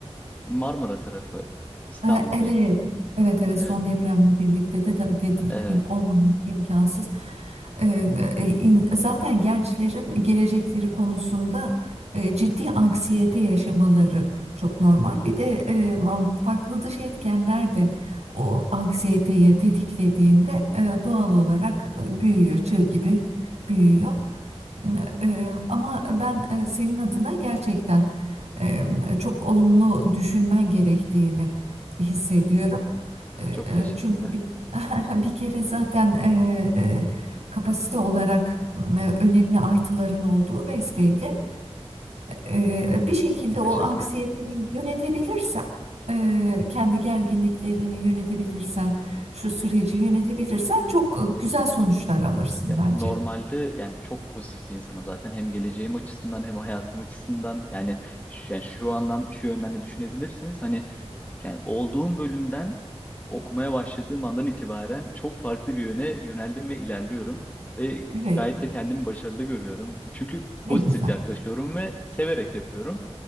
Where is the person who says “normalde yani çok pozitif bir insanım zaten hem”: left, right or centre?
Left